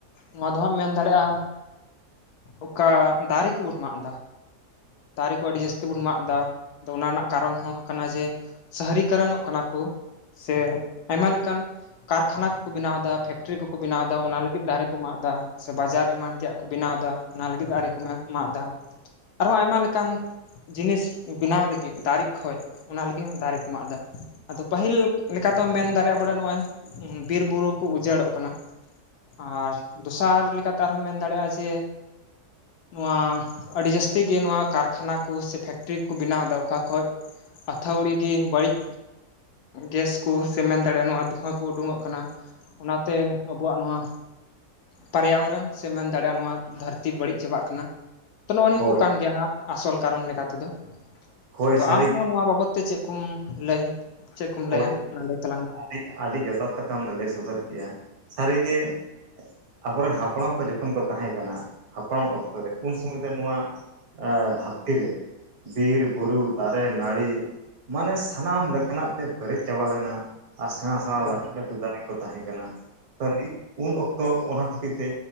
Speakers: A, on the left; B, on the right.
A: ᱱᱚᱣᱟ ᱫᱚ ᱦᱟᱸᱜ ᱟᱢ ᱢᱮᱱ ᱫᱟᱲᱮᱜᱼᱟ ᱚᱠᱟ ᱫᱟᱨᱮ ᱠᱚᱵᱚᱱ ᱢᱟᱜ ᱮᱫᱟ ᱾ ᱫᱟᱨᱮ ᱠᱚ ᱟᱹᱰᱤ ᱡᱟᱹᱥᱛᱤ ᱵᱚᱱ ᱢᱟᱜ ᱫᱟ ᱛᱚ ᱚᱱᱟ ᱨᱮᱱᱟᱜ ᱠᱟᱨᱚᱱ ᱦᱚᱸ ᱠᱟᱱᱟ ᱡᱮ ᱥᱟᱦᱨᱤ ᱠᱟᱨᱚᱱᱚᱜ ᱠᱟᱱᱟ ᱠᱚ ᱥᱮ ᱟᱭᱢᱟ ᱞᱮᱠᱟᱱ ᱠᱟᱨᱠᱷᱟᱱᱟ ᱠᱚᱠᱚ ᱵᱮᱱᱟᱣ ᱫᱟ ᱾ ᱯᱷᱮᱠᱴᱨᱤ ᱠᱚᱠᱚ ᱵᱮᱱᱟᱣ ᱮᱫᱟ, ᱚᱱᱟ ᱞᱟᱹᱜᱤᱫ ᱫᱟᱨᱮ ᱠᱚ ᱢᱟᱜ ᱫᱟ ᱥᱮ ᱵᱟᱡᱟᱨ ᱮᱢᱟᱱ ᱛᱮᱭᱟᱜ ᱠᱚ ᱵᱮᱱᱟᱣ ᱫᱟ ᱚᱱᱟ ᱞᱟᱹᱜᱤᱫ ᱫᱟᱨᱮ ᱠᱚ ᱢᱟ ᱢᱟᱜ ᱫᱟ ᱾ ᱟᱨᱦᱚᱸ ᱟᱭᱢᱟ ᱞᱮᱠᱟᱱ ᱡᱤᱱᱤᱥ ᱵᱮᱱᱟᱣ ᱞᱟᱹᱜᱤᱫ ᱫᱟᱨᱮ ᱠᱷᱚᱡ ᱾ ᱚᱱᱟ ᱞᱟᱹᱜᱤᱫ ᱦᱚᱸ ᱫᱟᱨᱮ ᱠᱚ ᱢᱟᱜ ᱮᱫᱟ, ᱟᱫᱚ ᱯᱟᱹᱦᱤᱞ ᱞᱮᱠᱟ ᱛᱚ ᱢᱮᱱ ᱫᱟᱲᱮᱭᱟᱜ-ᱟ ᱵᱚᱞᱮ ᱱᱚᱜ-ᱚᱭ ᱵᱤᱨ ᱵᱩᱨᱩ ᱠᱩ ᱩᱡᱟᱹᱲᱚᱜ ᱠᱟᱱᱟ ᱾ ᱟᱨ ᱫᱚᱥᱟᱨ ᱞᱮᱠᱟᱛᱮ ᱟᱨᱦᱚᱸᱢ ᱢᱮᱱ ᱫᱟᱲᱮᱜ-ᱟ ᱡᱮ ᱱᱚᱣᱟ ᱟᱹᱰᱤ ᱡᱟᱹᱥᱛᱤ ᱜᱮ ᱱᱚᱣᱟ ᱠᱟᱨᱠᱷᱟᱱᱟ ᱠᱩ ᱥᱮ ᱯᱷᱮᱠᱴᱨᱤ ᱠᱚ ᱵᱮᱱᱟᱣ ᱮᱫᱟ ᱚᱠᱟ ᱠᱷᱚᱡ ᱟᱛᱷᱟᱹᱣᱲᱤ ᱜᱤ ᱵᱟᱲᱤᱡ ᱜᱮᱥ ᱠᱩ ᱥᱮ ᱢᱮᱱ ᱫᱟᱲᱮᱭᱟᱜ-ᱟ ᱱᱚᱣᱟ ᱫᱷᱩᱸᱣᱟ ᱠᱩ ᱩᱰᱩᱝᱚᱜ ᱠᱟᱱᱟ ᱾ ᱚᱱᱟᱛᱮ ᱟᱵᱚᱣᱟᱜ ᱱᱚᱣᱟ ᱯᱟᱨᱭᱟᱵᱚᱨᱚᱱ ᱥᱮ ᱢᱮᱱ ᱫᱟᱲᱮᱜ-ᱟ ᱱᱚᱣᱟ ᱫᱷᱟᱹᱨᱛᱤ ᱵᱟᱹᱲᱤᱡ ᱪᱟᱵᱟᱜ ᱠᱟᱱᱟ, ᱛᱚ ᱱᱚᱜ-ᱚ ᱱᱤᱭᱟᱹ
B: ᱦᱳᱭ
A: ᱠᱚ ᱠᱟᱱ ᱜᱮᱭᱟ ᱦᱟᱸᱜ ᱟᱥᱚᱞ ᱠᱟᱨᱚᱱ ᱞᱮᱠᱟ ᱛᱮᱫᱚ ᱾
B: ᱦᱳᱭ
A: ᱟᱫᱚ
B: ᱥᱟᱹᱨᱤᱜᱮ
A: ᱟᱢᱦᱚᱸ ᱱᱚᱣᱟ ᱵᱟᱵᱚᱛ ᱛᱮ ᱪᱮᱫ ᱠᱚᱢ ᱞᱟᱹᱭ ᱪᱮᱫ ᱠᱚᱢ
B: ᱦᱳᱭ
A: ᱞᱟᱹᱭᱟ ᱚᱱᱟ ᱞᱟᱹᱭ ᱛᱟᱞᱟᱝ ᱢᱮ ᱟᱢ
B: ᱟᱹᱰᱤ ᱟᱹᱰᱤ ᱡᱚᱛᱷᱟᱛ ᱠᱟᱛᱷᱟᱢ ᱞᱟᱹᱭ ᱥᱚᱫᱚᱨ ᱠᱮᱜ-ᱟ, ᱥᱟᱹᱨᱤᱜᱮ ᱟᱵᱚᱨᱮᱱ ᱦᱟᱯᱲᱟᱢ ᱠᱚ ᱡᱚᱠᱷᱚᱱ ᱠᱚ ᱛᱟᱦᱮᱸ ᱠᱟᱱᱟ, ᱦᱟᱯᱲᱟᱢ ᱚᱠᱛᱚ ᱨᱮ ᱩᱱ ᱥᱚᱢᱚᱭ ᱫᱚ ᱱᱚᱣᱟ ᱟᱸᱻ ᱫᱷᱟᱹᱨᱛᱤ ᱨᱮ᱾ ᱵᱤᱨ ᱵᱩᱨᱩ ᱫᱟᱨᱮ ᱱᱟᱹᱲᱤ ᱢᱟᱱᱮ ᱥᱟᱱᱟᱢ ᱞᱮᱠᱟᱱᱟᱜ ᱛᱮ ᱯᱮᱨᱮᱡ ᱪᱟᱵᱟ ᱞᱮᱱᱟ ᱟᱨ ᱥᱮᱬᱟ ᱥᱮᱬᱟ
A: ᱮᱠᱟᱞ
B: ᱞᱟᱴᱷᱩ ᱞᱟᱴᱷᱩ ᱫᱟᱨᱮ ᱠᱚ ᱛᱟᱦᱮᱸ ᱠᱟᱱᱟ ᱾ ᱛᱚ ᱱᱤᱛ ᱩᱱ ᱚᱠᱛᱚ ᱚᱱᱟ ᱠᱷᱟᱹᱛᱤᱨ ᱛᱮ᱾